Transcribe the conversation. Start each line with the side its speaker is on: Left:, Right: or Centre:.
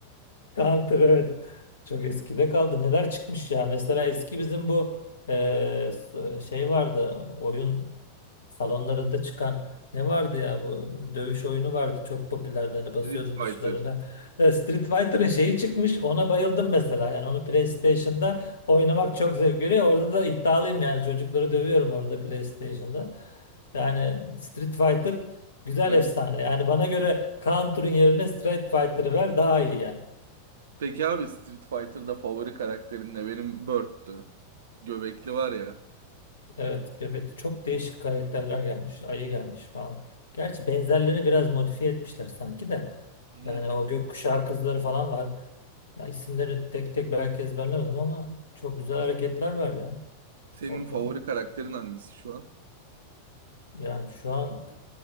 Left: Counter evet. Çok eskide kaldı. Neler çıkmış ya? Mesela eski bizim bu e, so- şey vardı. Oyun Salonlarında çıkan ne vardı ya bu dövüş oyunu vardı çok popülerdi hani basıyordun
Right: Street Fighter.
Left: tuşlarına. E, Street Fighter'ın şeyi çıkmış ona bayıldım mesela yani onu PlayStation'da oynamak çok zevk veriyor. Orada da iddialıyım yani çocukları dövüyorum orada PlayStation'da. Yani Street Fighter güzel
Right: Ha
Left: efsane yani bana göre Counter'ın yerine Street Fighter'ı ver daha iyi yani.
Right: Peki abi Street Fighter'da favori karakterin ne? Benim Bird'tü. Göbekli var ya.
Left: Evet, Göbek'te çok değişik karakterler gelmiş, ayı gelmiş falan. Gerçi benzerlerini biraz modifiye etmişler sanki de.
Right: Hı.
Left: Yani o gökkuşağı kızları falan var. Ya isimleri tek tek belki ezberlemedim ama çok güzel hareketler var ya
Right: Senin
Left: orada.
Right: favori karakterin hangisi şu an?
Left: Yani şu an